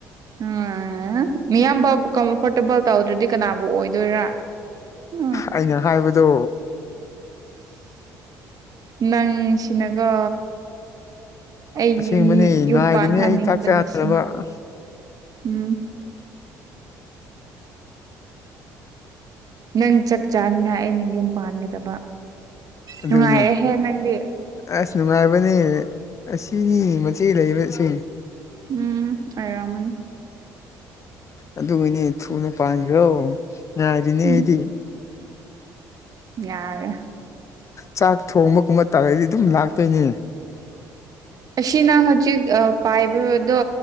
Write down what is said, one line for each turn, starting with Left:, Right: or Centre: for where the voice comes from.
Right: ꯎꯝ ꯃꯤꯌꯥꯝꯕ ꯀꯝꯐꯣꯔꯇꯦꯕꯜ ꯇꯧꯗ꯭ꯔꯗꯤ ꯀꯅꯥꯕꯨ ꯑꯣꯏꯗꯣꯏꯔꯥ ꯎ
Left: ꯑꯩꯅ ꯍꯥꯏꯕꯗꯣ
Right: ꯅꯪꯁꯤꯅꯀꯣ ꯑꯩꯒꯤ
Left: ꯑꯁꯦꯡꯕꯅꯦ
Right: ꯌꯨꯝ
Left: ꯉꯥꯏꯔꯤꯅꯦ
Right: ꯄꯥꯟꯍꯟꯅꯤꯡꯕꯅꯤ
Left: ꯑꯩ ꯆꯥꯛ ꯆꯥꯅꯕ
Right: ꯁꯤꯅ ꯎꯝ ꯅꯪ ꯆꯥꯛ ꯆꯥꯅꯤꯡꯉꯥꯏ ꯑꯩꯅ ꯌꯨꯝ ꯄꯥꯟꯒꯗꯕ
Left: ꯑꯗꯨꯅꯤ
Right: ꯅꯨꯡꯉꯥꯏꯔꯦꯍꯦ ꯅꯪꯗꯤ
Left: ꯑꯁ ꯅꯨꯡꯉꯥꯏꯕꯅꯦ ꯑꯁꯤꯅꯤ ꯃꯆꯦ ꯂꯩꯕꯁꯤ
Right: ꯎꯝ ꯑꯔꯃꯅꯤ
Left: ꯑꯗꯨꯒꯤꯅꯦ ꯊꯨꯅ ꯄꯥꯟꯈꯣ ꯉꯥꯏꯔꯤꯅꯦ
Right: ꯎꯝ
Left: ꯑꯩꯗꯤ꯫
Right: ꯌꯥꯔꯦ
Left: ꯆꯥꯛ ꯊꯣꯡꯕꯒꯨꯝꯕ ꯇꯥꯔꯒꯗꯤ ꯑꯗꯨꯝ ꯂꯥꯛꯇꯣꯏꯅꯦ꯫
Right: ꯑꯁꯤꯅ ꯍꯧꯖꯤꯛ ꯄꯥꯏꯕꯗꯣ